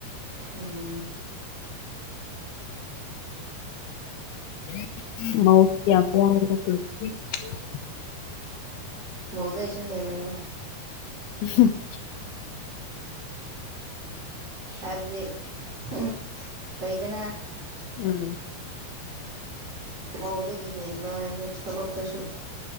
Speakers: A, on the right (about 35°); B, on the left (about 75°).
A: ꯎꯝ
B: <inaudible> ꯃꯧꯁꯤ ꯌꯥꯝ <unintelligible>
A: ꯎꯝ ꯃꯧꯗꯩꯁꯨ ꯍꯦꯜꯂꯦ꯫
B: ꯎꯝ
A: ꯍꯥꯏꯕꯗꯤ ꯍꯨꯝ ꯍꯨꯝ ꯂꯩꯗꯅ__
B: ꯎꯝ
A: ꯃꯧꯗꯒꯤ ꯍꯦꯟꯕ ꯍꯥꯏꯕꯁꯦ ꯊꯕꯛꯇꯁꯨ__